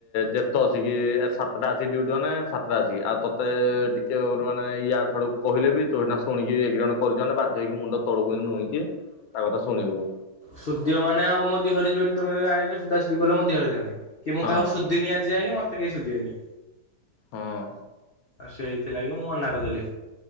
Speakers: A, on the left; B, on the left.
A: ଯେତେ ଆସିକି ସାତଟା ଆସିକି ଡିଭଟି ମାନେ ସାତଟା ଆସିକି ଆଉେ ମତେ ଟିକେ ମାନେ ୟ ଛଡୁ କହେ ବି ତୁଇଟନା ଶୁଣିକି ଏଗ୍ରିମେଣ୍ଟ କରୁଛ ବା <unintelligible> ଯାଇକି ମୁଣ୍ଡ ତଳୁକୁ ନୁଆଇକି ତା କଥା ଶୁଣିବୁ।
B: ସୁଦିବ ମାନେ ଆଉ ଦିହରେ ଯିବନି ତମେ ତ ଜାଣିଛ ସୁଧା ସୁଧି କଲେ ମୋ ଦେହରେ ଯିବନି। କି ମୁଁ
A: ହଁ
B: କାହାକୁ ସୁଧିନି ଆଜି ଯାଙ୍କେ ମତେ କେହି ସୁଧିବେନି।
A: ହଁ।
B: ଆଉ ସେଇଥିଲାଗି ମୁଁ ମନା କରିଦେଲି